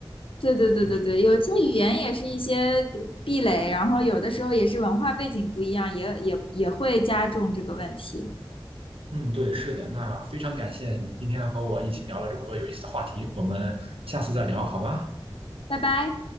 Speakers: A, on the left; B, on the right.
A: 对对对对对，
B: 这只
A: 有些语言也是一些壁垒，然后有的时候也是文化背景不一样，也也也会加重这个问题。
B: 嗯，对，是的。那非常感谢你今天和我一起聊了这么多有意思的话题，我们下次再聊好吗？
A: 拜拜。